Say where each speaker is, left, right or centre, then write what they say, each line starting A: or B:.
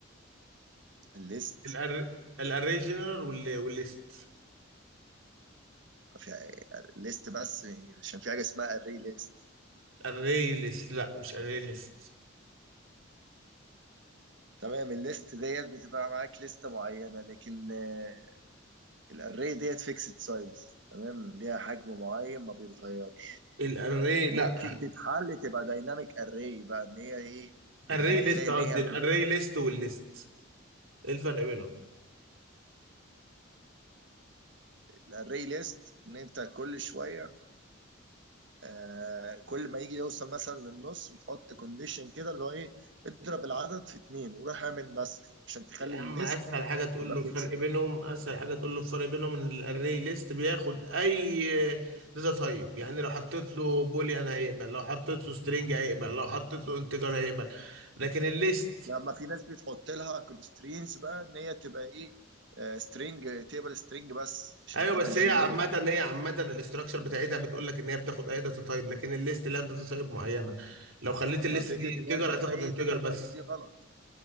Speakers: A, on the right; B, on the right.
A: الليست
B: الأر... الاري جنرال وال... والليست
A: في ليست بس عشان في حاجه اسمها الري ليست
B: الاري ليست لا مش اري ليست
A: تمام الليست ديت بتبقى معاك لسته معينه لكن آه، الاري ديت فيكسد سايز تمام ليها حجم معين ما بيتغيرش
B: الاري
A: وممكن
B: لا
A: تتحل تبقى دايناميك اري بقى ان هي ايه لما
B: الاري ليست
A: تلاقي
B: قصدي
A: ان هي
B: الاري ليست والليست ايه الفرق بينهم
A: الاري ليست ان انت كل شويه آه كل ما يجي يوصل مثلا للنص بتحط كونديشن كده اللي هو ايه اضرب العدد في اتنين وروح اعمل مسح عشان تخلي
B: يا
A: الليست
B: عم اسهل حاجه تقول
A: تبقى
B: له الفرق
A: فيكسد
B: بينهم اسهل حاجه تقول له الفرق بينهم ان الاري ليست بياخد اي داتا تايب يعني لو حطيت له بوليان هيقبل لو حطيت له سترينج هيقبل لو حطيت له انتجر هيقبل لكن الليست
A: لما في ناس بتحط لها كونسترينز بقى ان هي تبقى ايه سترينج تيبل سترينج بس عشان
B: ايوه
A: ما تبقاش
B: بس
A: جينيريك
B: هي عامه هي عامه الاستراكشر بتاعتها بتقول لك ان هي بتاخد اي داتا تايب لكن الليست لها داتا تايب معينه لو خليت الليست
A: ما فكره
B: دي انتجر
A: ان هي بتاخد
B: هتاخد
A: اي
B: انتجر
A: داتا
B: بس
A: تايب دي غلط